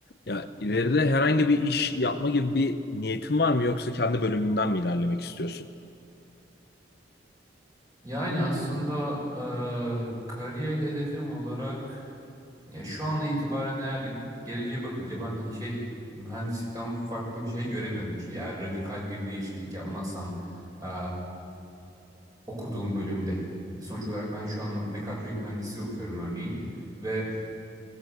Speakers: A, on the left; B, on the right.
A: Ya ileride herhangi bir iş yapma gibi bir niyetin var mı yoksa kendi bölümünden mi ilerlemek istiyorsun?
B: Yani aslında eee, kariyer hedefim olarak ya şu an itibaren eğer geleceğe bakınca ben hani şey mühendislikten farklı bir şey göremiyorum. Çünkü eğer radikal bir değişiklik yapmazsam eee, okuduğum bölümde. e, Sonuç olarak ben şu an mekatronik mühendisliği okuyorum örneğin ve